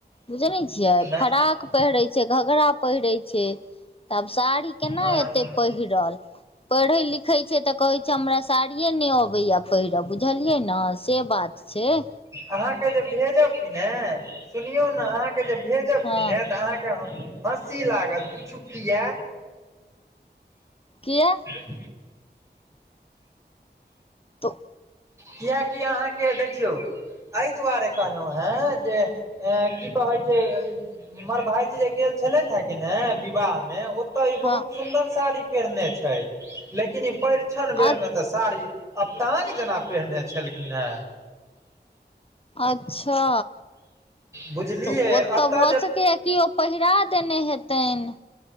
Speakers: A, on the left; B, on the right.
A: बुझै नै छियै
B: नहि
A: फराक पहिरै छै घघरा पहिरै छै त आब साड़ी केना
B: हँ
A: एतै पहिरल पढ़े लिखै छै तऽ कहैत छै हमरा साड़िए नहि अबैया पहिरब बुझलियै ने से बात छै छै
B: आहाँके जे भेजब ने सुनियौ ने आहाँके जे भेजब
A: हँ
B: किने तऽ आहाँके हम हँसी लागत पूछू की किया
A: किया
B: क <inaudible>
A: तऽ
B: कीयाकि अहाँके देखियौ एहि दुआरे कहलौ हें जे की कहै छै हमर भाईजी जे गेल छलै हे किने विवाह मे तऽ ई बहुत
A: हँ
B: सुदर साड़ी पहिरने छै लेकिन ई परीछन बेर
A: अ
B: में तऽ साड़ी अपटांग जेना पहिरने छलखिन हे
A: अच्छा
B: बुझलियै
A: तऽ ओ
B: एतऽ
A: तऽ भऽ
B: जे
A: सकैए कि ओ पहिरा देने हेतेन